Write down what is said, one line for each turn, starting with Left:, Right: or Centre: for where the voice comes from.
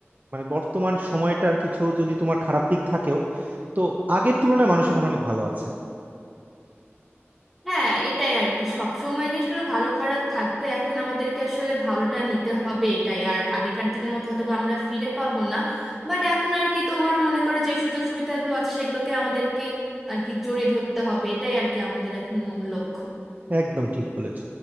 Right: মানে বর্তমান সময়টার কিছু যদি তোমার খারাপ দিক থাকেও তো আগের তুলনায় মানুষ এখন অনেক ভালো আছে
Centre: হ্যাঁ এটাই আর কি সব সময় যে আসলে ভালো খারাপ থাকবে এখন আমাদেরকে আসলে ভালোটা নিতে হবে এটাই আর আগেকার দিনের মতো হয়তো বা আমরা ফিরে পাবো না বাট এখন আর কি তোমার মনে করো যে সুযোগ সুবিধাগুলো আছে সেগুলোকে আমাদেরকে আর কি জড়িয়ে ধরতে হবে এটাই আর কি আমাদের এখন মূল লক্ষ্য
Right: একদম ঠিক বলেছ